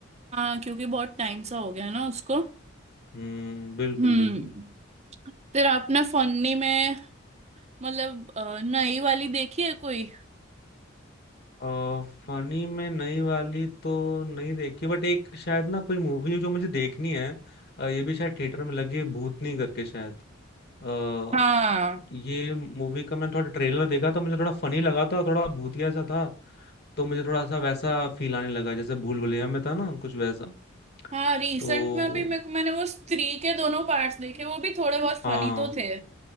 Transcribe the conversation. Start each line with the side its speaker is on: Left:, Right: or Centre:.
Right: हाँ क्योंकि बहुत टाइम सा हो गया ना उसको
Left: हम्म बिल्कुल
Right: हम्म
Left: बिल्कुल
Right: फिर आपने फन्नी में मतलब अ, नई वाली देखी है कोई
Left: आ, फनी में नई वाली तो नहीं देखी बट एक शायद ना कोई मूवी है जो मुझे देखनी है अ, ये भी शायद थिएटर में लगी है भूतनी करके शायद आ,
Right: हाँ
Left: ये मूवी का मैंने थोड़ा ट्रेलर देखा था मुझे थोड़ा फनी लगा था और थोड़ा भूतिया सा था तो मुझे थोड़ा सा वैसा फील आने लगा जैसे भूल भुलैया में था ना कुछ वैसा
Right: हाँ रिसेंट
Left: तो
Right: में अभी मैं, मैंने वो स्त्री के दोनों पार्ट्स देखे वो भी थोड़े बहुत फनी
Left: हाँ
Right: तो थे